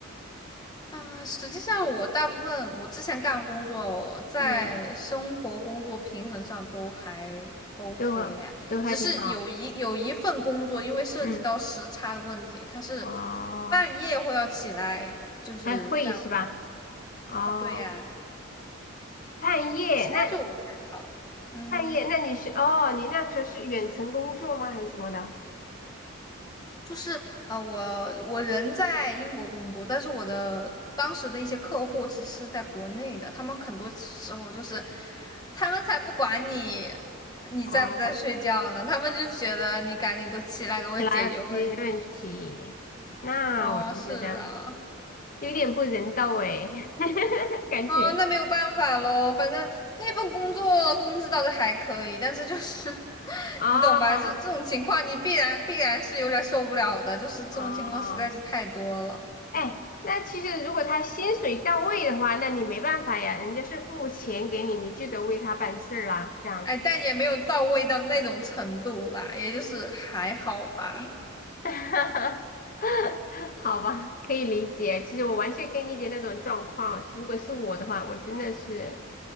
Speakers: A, on the left; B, on the left.
A: 啊，实际上我大部分我之前干的工作，在生活工作平衡上都还
B: 嗯，
A: OK
B: 都啊都还挺好。
A: 哎，只是有一有一份工作，因为涉及到时差的问题，
B: 嗯，
A: 它是
B: 哦，
A: 半夜会要起来就是干活
B: 开会是吧？哦，
A: 啊，对呀，
B: 半夜那
A: 其他就还好，嗯。
B: 半夜那你是哦，你那个时候是远程工作吗？还是怎么的？
A: 就是呃，我我人在英国工作，但是我的当时的一些客户其实是在国内的，他们很多时候就是他们才不管你你在不在睡觉呢，
B: 哦。
A: 他们就觉得你赶紧给我起来给我解决问题。
B: 起来吃润题，那我就觉得
A: 哦，是啊，
B: 有点不人道哎，<laughs> 感觉
A: 哦，那没有办法咯，反正那份工作工资倒是还可以，但是就是 <laughs>
B: 哦
A: 你懂吧？这这种情况你必然必然是有点受不了的，就是这种情况实在是太多了。
B: 哦，哎，那其实如果他薪水到位的话，那你没办法呀，人家是付钱给你，你就得为他办事儿啦，这样子。
A: 哎，但也没有到位到那种程度啦，也就是还好吧。
B: <laughs> 哈哈，好吧，可以理解。其实我完全可以理解那种状况。如果是我的话，我真的是，